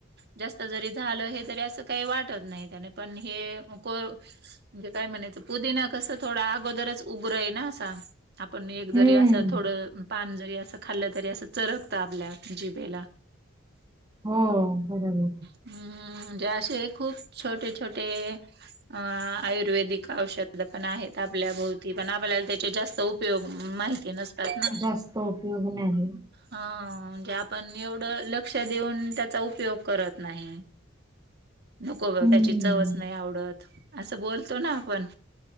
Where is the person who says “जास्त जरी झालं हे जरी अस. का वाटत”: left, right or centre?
Right